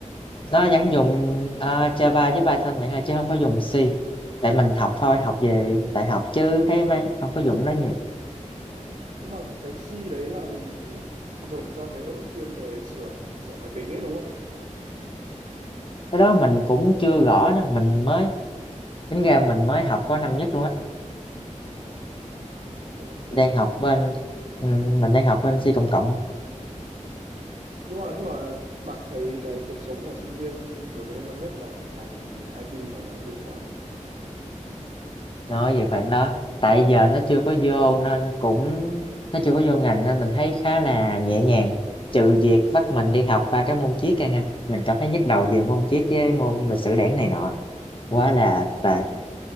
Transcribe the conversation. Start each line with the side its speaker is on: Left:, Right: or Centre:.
Left: nó vẫn dùng à, Java với Python bạn ơi chứ không có dùng C tại mình học thôi học về đại học chứ thấy mấy không có dùng nó nhiều
Right: Ờ, Nhưng mà cái C đấy là mình dùng cho cái đội chuyên về sửa sửa máy tính ấy đúng không?
Left: cái đó mình cũng chưa rõ nữa mình mới tính ra mình mới học có năm nhất luôn á
Right: Ờ, ok ok.
Left: đang học bên ừ, mình đang học bên C cộng cộng
Right: Nhưng mà nhưng mà bạn thấy cái cuộc sống của sinh viên vừa mới lên năm nhất và học ngành IT nó như thế nào?
Left: nói về khoảng đó tại giờ nó chưa có vô nên cũng nó chưa có vô ngành nên mình thấy khá là nhẹ nhàng trừ việc bắt mình đi học ba cái môn triết ra nha mình cảm thấy nhức đầu về môn triết với môn lịch sử đảng này nọ quá là tệ